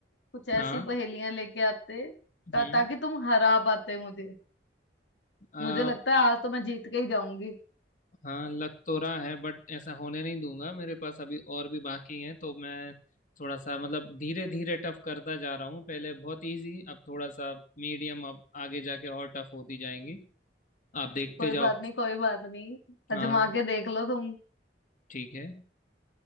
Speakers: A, on the left; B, on the left.
A: कुछ ऐसी
B: हाँ
A: पहेलियां लेके आते ता,
B: हम्म
A: ताकि तुम हरा पाते मुझे
B: आ,
A: मुझे लगता है आज तो मैं जीत के ही जाऊंगी
B: हाँ लग तो रहा है बट ऐसा होने नहीं दूंगा मेरे पास अभी और भी बाकी हैं तो मैं थोड़ा सा मतलब धीरे धीरे टफ करता जा रहा हूँ पहले बहुत इजी अब थोड़ा सा मीडियम अब आगे जाके और टफ होती जाएंगी आप देखते
A: कोई
B: जाओ
A: बात नहीं कोई बात नहीं
B: हाँ
A: आजमा के देख लो तुम
B: ठीक है